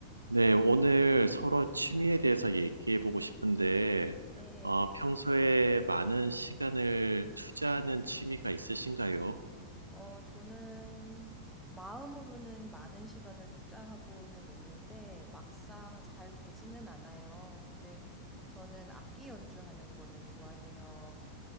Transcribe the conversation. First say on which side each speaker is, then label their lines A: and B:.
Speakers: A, on the right; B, in the centre.
A: 네, 오늘 서로 취미에 대해서 얘기해 보고 싶은데,
B: 네,
A: 어, 평소에 많은 시간을 투자하는 취미가 있으신가요?
B: 어, 저는 마음으로는 많은 시간을 투자하고는 있는데 막상 잘 되지는 않아요. 근데 저는 악기 연주하는 거를 좋아해요.